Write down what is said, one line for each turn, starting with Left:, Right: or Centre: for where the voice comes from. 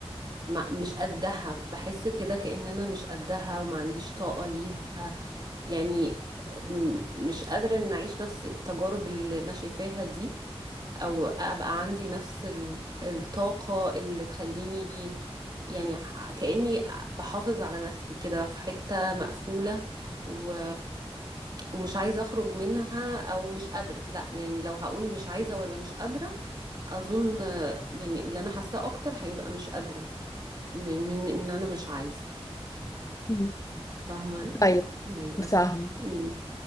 Right: ما مش قدها بحس كده كأن انا مش قدها وما عنديش طاقة ليها يعني م- مش قادرة ان اعيش نفس التجارب اللي انا شايفاها دي او ابقى عندي نفس ال- الطاقة اللي تخليني يعني ح- كأني بحافظ على نفسي كده في حتة مقفولة و... ومش عايزة اخرج منها او مش قادرة لا يعني لو هقول مش عايزة ولا مش قادرة اظن آه، يعني اللي انا حاساه اكتر هيبقى مش قادرة م- من ان انا مش عايزة
Left: مم.
Right: فاهمة
Left: طيب
Right: يعني قصدي
Left: فاهمة
Right: مم.